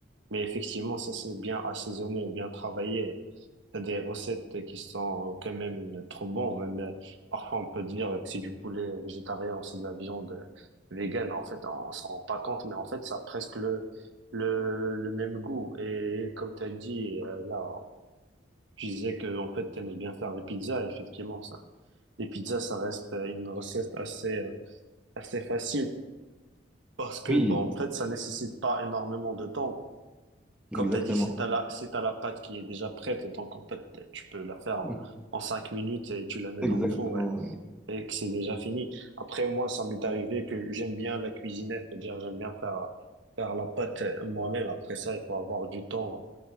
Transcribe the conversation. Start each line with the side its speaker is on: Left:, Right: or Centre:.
Right: Mais effectivement, ça, c'est bien assaisonné ou bien travaillé. T'as des recettes qui sont euh, quand même trop bonnes. Même, euh, parfois, on peut dire que c'est du poulet végétarien, c'est de la viande euh, végane. En fait, on s'en rend pas compte, mais en fait, ça a presque le, le, le même goût. Et comme t'as dit, euh, là, tu disais que en fait t'aimes bien faire des pizzas, effectivement ça. Les pizzas ça reste euh, une recette assez euh, assez facile parce que
Centre: Oui,
Right: bon en fait ça nécessite pas énormément de temps.
Centre: exactement.
Right: Comme t'as dit si t'as la si t'as la pâte qui est déjà prête donc en fait tu peux la faire en,
Centre: <laughs>
Right: en cinq minutes et tu la mets
Centre: Exactement,
Right: dans le four et, et que c'est déjà fini. Après moi ça m'est arrivé que j'aime bien la cuisiner, c'est-à-dire j'aime bien faire faire la pâte moi-même. Après ça il faut avoir du temps